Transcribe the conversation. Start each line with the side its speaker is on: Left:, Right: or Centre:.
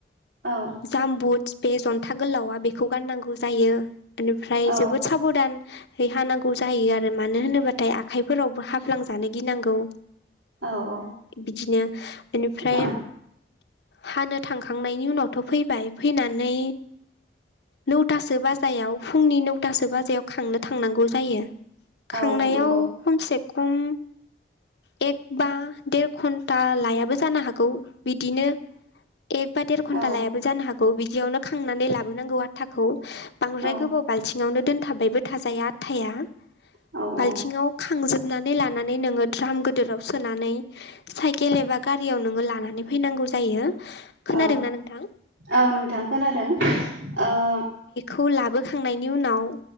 Right: औ
Left: जामबुद बे जंथा गोलावा बेखौ गाननांगौ जायो इनिफ्राय
Right: औ
Left: जोबोद साबधान है हानांगौ जायो आरो मानो होनोब्लाथाय आखाइफोरावबो हाफ्लांजानो गिनांगौ।
Right: ओ
Left: बिदिनो बेनिफ्राय
Right: औ
Left: हानो थांखांनायनि उनावथ' फैबाय फैनानै नौथासो बाजायाव फुंनि नौथासो बाजायाव खांनो थांनांगौ जायो। खांनायाव
Right: औ नंगौ
Left: खमसे खम एक बा देर घन्टा लायाबो जानो हागौ बिदिनो एक बा देर घन्टा
Right: औ
Left: लायाबो जानो हागौ बिदियावनो खांनानै लाबोनांगौ आ थाखौ बांद्राय
Right: औ
Left: गोबाव बाल्थिङावनो दोनथाबबायबो थाजाया आथाया।
Right: औ
Left: बाल्थिङाव
Right: औ
Left: खांजोबनानै लानानै नोङो द्राम गोदोराव सोनानै साइकेल एबा गारियाव नोङो लानानै फैनांगौ जायो खोनादोंना
Right: औ
Left: नोंथां?
Right: औ नोंथां खोनादों ओ
Left: खौ लाबोखांनायनि उनाव